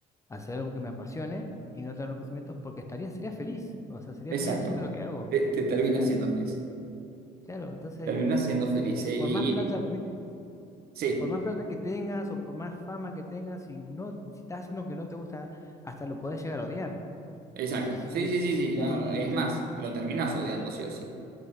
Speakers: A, on the left; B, on the right.
A: hacer algo que me apasione y no tener reconocimiento porque estaría, sería feliz, o sea, sería
B: Exacto.
A: feliz haciendo lo que hago.
B: Te, te terminas
A: O sea,
B: siendo feliz.
A: claro, entonces,
B: Terminas siendo feliz.
A: yo-
B: eh,
A: por
B: Y,
A: más plata,
B: y-
A: vi-
B: sí,
A: por más plata que tengas o por más fama que tengas, si no, si estás haciendo lo que no te gusta, hasta lo podés llegar a odiar.
B: exacto.
A: Y,
B: Sí, sí, sí, sí.
A: y
B: no,
A: ahí
B: no, es más, lo terminás odiando sí o sí.